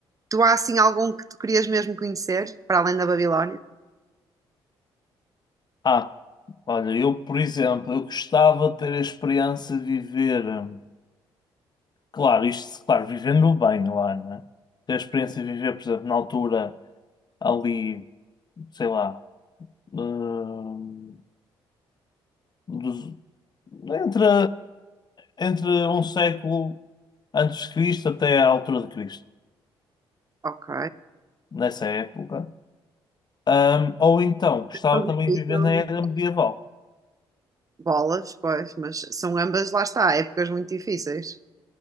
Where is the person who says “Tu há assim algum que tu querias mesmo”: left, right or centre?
Right